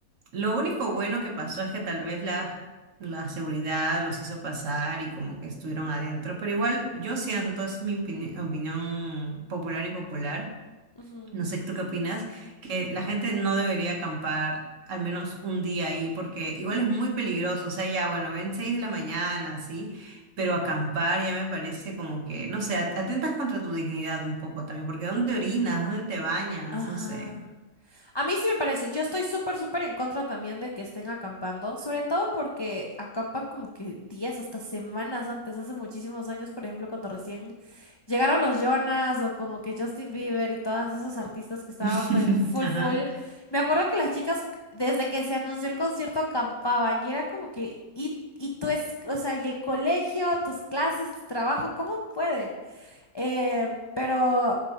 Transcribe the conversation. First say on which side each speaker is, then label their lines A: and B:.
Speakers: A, on the right; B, on the left.
A: Lo único bueno que pasó es que tal vez la, la seguridad los hizo pasar y como que estuvieron adentro, pero igual yo siento, es mi opini- opinión popular y popular,
B: Ujú.
A: no sé tú qué opinas, que la gente no debería acampar al menos un día ahí porque igual es muy peligroso, o sea, ya bueno, ven 6 de la mañana, sí, pero acampar ya me parece como que, no sé, at- atentas contra tu dignidad un poco también, porque ¿dónde orinas? ¿Dónde te bañas?
B: Ajá.
A: No sé.
B: A mí sí me parece, yo estoy súper, súper en contra también de que estén acampando, sobre todo porque acampan como que días, hasta semanas antes, hace muchísimos años, por ejemplo, cuando recién llegaron los Jonas o como que Justin Bieber y todos esos artistas que estaban
A: <laughs>
B: en full,
A: Ajá.
B: full. Me acuerdo que las chicas, desde que se anunció el concierto, acampaban y era como que, y, y tú es, o sea, y el colegio, tus clases, tu trabajo, ¿cómo pueden? Eh, pero